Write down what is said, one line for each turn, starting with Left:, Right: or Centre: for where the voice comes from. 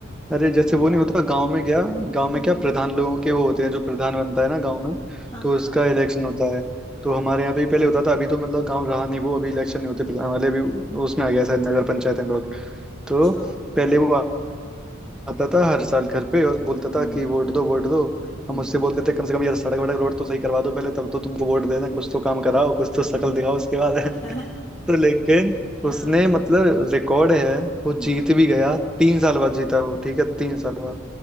Centre: अरे जैसे
Left: है
Centre: वो
Left: ना
Centre: नहीं होता गांव में क्या गांव में
Left: हम्म
Centre: क्या प्रधान लोगों के वो होते हैं जो प्रधान बनता है ना गांव में
Left: हाँ
Centre: तो
Left: हाँ
Centre: उसका इलेक्शन होता है तो हमारे यहाँ पे भी पहले होता था अभी तो मतलब गांव रहा नहीं वो अभी इलेक्शन नहीं होते प्रधान वाले अभी उसमें आ गया शायद नगर पंचायत एंड ऑल तो
Left: अच्छा
Centre: पहले वो आता था हर साल घर पे और बोलता था
Left: हम्म
Centre: कि वोट दो वोट दो
Left: हम्म
Centre: हम उससे बोलते थे कम से कम यार सड़क वड़क रोड तो सही करवा दो पहले तब तो तुमको वोट देना कुछ तो काम कराओ कुछ तो शक्ल
Left: हम्म
Centre: दिखाओ उसके बाद <laughs>
Left: <laughs>
Centre: तो लेकिन
Left: हाँ
Centre: उसने मतलब रिकॉर्ड है वो
Left: हम्म
Centre: जीत भी गया तीन साल बाद जीता वो ठीक है तीन साल बाद